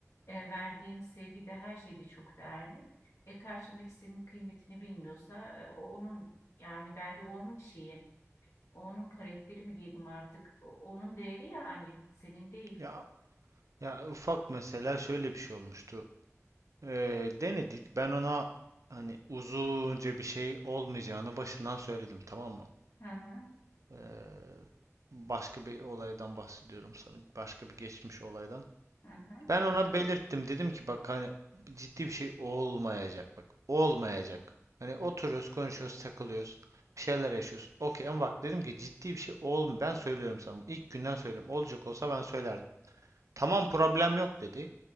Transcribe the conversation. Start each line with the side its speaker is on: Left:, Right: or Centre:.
Left: E, verdiğin sevgi de her şeyde çok değerli. E, karşındaki senin kıymetini bilmiyorsa e, o onun yani bence o onun şeyi, o onun karakteri mi diyelim artık, o- onun değeri yani senin değil.
Right: Ya ya ufak mesela şöyle bir şey olmuştu. Ee, denedik. Ben ona hani uzunca bir şey olmayacağını başından söyledim, tamam mı?
Left: Hı hı,
Right: Ee, başka bir olaydan bahsediyorum sana. Başka bir geçmiş olaydan.
Left: hı hı,
Right: Ben ona belirttim. Dedim ki bak hani ciddi bir şey olmayacak bak. Olmayacak. Hani oturuyoruz, konuşuyoruz, takılıyoruz. Bir şeyler yaşıyoruz. Okey ama bak dedim ki ciddi bir şey olm. Ben söylüyorum sana. bunu. İlk günden söylüyorum. Olacak olsa ben söylerdim. Tamam problem yok dedi.